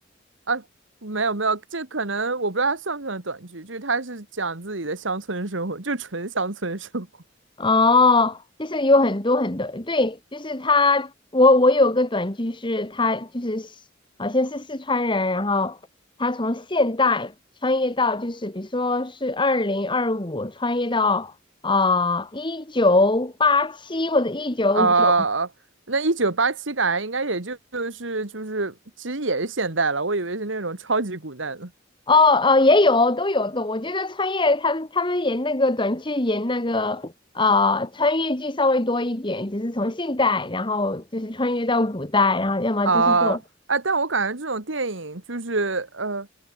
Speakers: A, on the right; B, on the left.
A: 啊，没有没有，这可能我不知道它算不算短剧，就是它是讲自己的乡村生活，就纯乡村生活。
B: 哦，就是有很多很多，对，就是他，我我有个短剧是他就是西好像是四川人，然后他从现代穿越到就是比如说是二零二五穿越到啊一九八七或者一九九，
A: <laughs> 啊，那一九八七感觉应该也就就是就是，其实也是现代了，我以为是那种超级古代的。
B: 哦哦也有都有的，我觉得穿越他们他们演那个短剧演那个。呃，穿越剧稍微多一点，就是从现代，然后就是穿越到古代，然后要么就是这种。
A: 啊，哎，但我感觉这种电影就是呃，